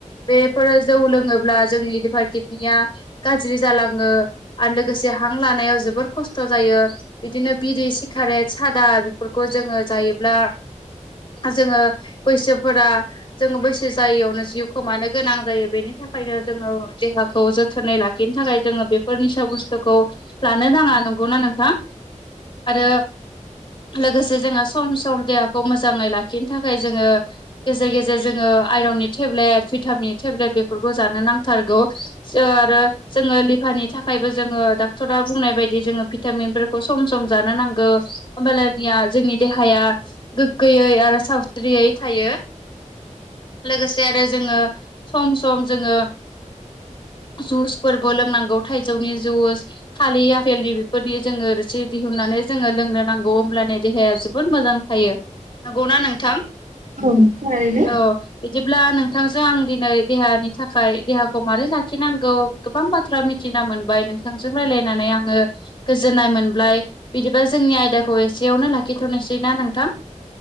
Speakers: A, on the left; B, on the right.
A: बेफोरो जौ लोङोब्ला अ जोंनि लिभार किडनिया गाज्रि जालाङो आरो लोगोसे हां लानायाव जोबोर खस्थ' जायो बिदिनो बिरि सिगारेट सादा बेफोरखौ जोङो जायोब्ला जोङो बैसोफोरा जोङो बैसो जायैयावनो जिउ खोमानो गोनां जायो बेनि थाखाय नो जोङो देहाखौ जोथोनै लाखिनो थाखाय जोङो बेफोर निसा बुस्थुखौ लानो नाङा नङा नंगौना नोंथां आरो लोगोसे जोङो सम सम देहाखौ मोजाङै लाखिनो थाखाय जोङो गेजेर गेजेर जोङो आयरन नि तेबलेत भितामिन नि तेबलेत जानो नांथारगौ आरो जोङो लिभारनि थाखायबो जोङो डाक्टरा बुंनाय बाय जों भिटामिनफोरखौ सम सम जानो नांगौ हब्लानिया जोंनि देहाया गोगो यै आरो सावस्रियै थायो
B: <unintelligible>
A: लोगोसे आरो जोङो सम सम जोङो जुसफोरबो लोंनांगौ थाइजौनि जुस थालिर आफेलनि बेफोरनि रोसि दिहुन्ना जोङो लोंनो नांगौ होमब्लानो देहाया जोबोद मोजां थायो नंगौना नोंथां
B: औ थारैनो
A: औ बिदिब्ला नोंथांजों आं दिनै देहानि थाखाय देहाखौ मोरै लाखिनांगौ गोबां बाथ्रा मिथिना मोनबाय नोंथांजों रायलायनानै आङो गोजोन्नाय मोनबाय बिदिबा जोंनि आयदाखौ एसेयावनो लाखिथ'नोसैनाा नोंथां